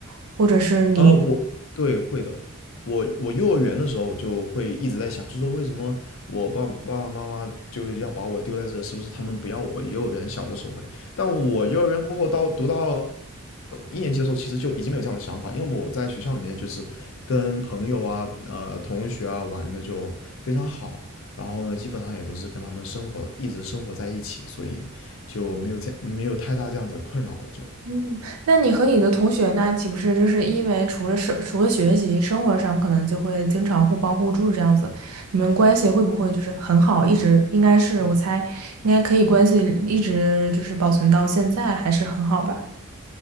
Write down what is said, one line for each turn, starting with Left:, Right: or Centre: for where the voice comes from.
Right: 或者是你，
Left: 啊，我对会的。我我幼儿园的时候就会一直在想，就是为什么我爸爸爸妈妈就要把我丢在这，是不是他们不要我？幼儿园小的时候会，但我幼儿园过后到读到一年级的时候，其实就已经没有这样的想法，因为我在学校里面就是跟朋友啊、呃同学啊玩的就非常好，然后呢，基本上也都是跟他们生活一直生活在一起，所以就没有这没有太大这样子的困扰了就。
Right: 嗯，那你和你的同学那岂不是就是因为除了生除了学习，生活上可能就会经常互帮互助这样子，你们关系会不会就是很好，一直应该是我猜应该可以关系一直就是保存到现在，还是很好吧？